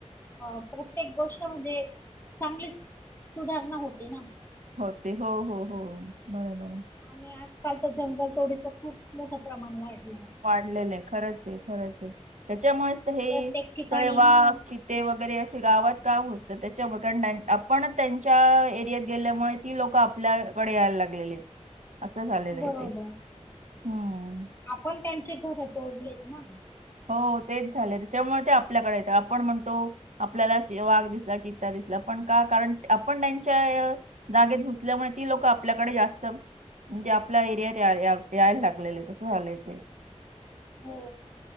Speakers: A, on the left; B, on the right.
A: अ प्रत्येक गोष्ट म्हणजे चांगली सुधारणा होते ना.
B: होते हो हो हो बरं बरं.
A: आणि आजकाल तर जंगल तोडीच खूप मोठं प्रमाण वाढलयं.
B: वाढलेलं आहे खरच हे खरच हे त्याच्यामुळेच हे
A: प्रत्येक ठिकाणी
B: सगळे वाघ
A: हा
B: ची ते वगैरे असे गावात का घुसतात त्याच्यामुळे कारण आपण त्यांच्या एरियात गेल्यामुळे ती लोक आप आपल्याकडे यायला लागलेले आहेत असं झालेलं
A: बरोबर
B: आहे ते हम्म.
A: आपण त्यांचे घर तोडलेत ना.
B: हो तेच झालंय त्याच्यामुळे ते आपल्याकडे येत आपण म्हणतो आपल्याला वाघ दिसला, चित्ता दिसला पण का कारण आपण त्यांच्या अ जागेत घुसल्यामुळे ती लोक आपल्याकडे जास्त म्हणजे आपल्या एरियात याय यायला लागलेले आहेत तसं झालंय ते.
A: हो